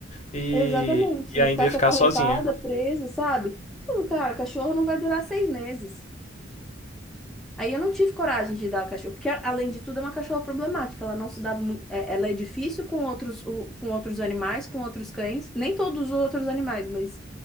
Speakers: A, on the left; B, in the centre.
A: E,
B: Exatamente,
A: e
B: se não
A: ainda
B: ficasse
A: ia ficar
B: acorrentada,
A: sozinha.
B: presa, sabe? Não, cara, cachorro não vai durar seis meses. Aí eu não tive coragem de dar a cachorra, porque além de tudo é uma cachorra problemática, ela não se dá muito, ela é difícil com outros, o- com outros animais, com outros cães, nem todos os outros animais, mas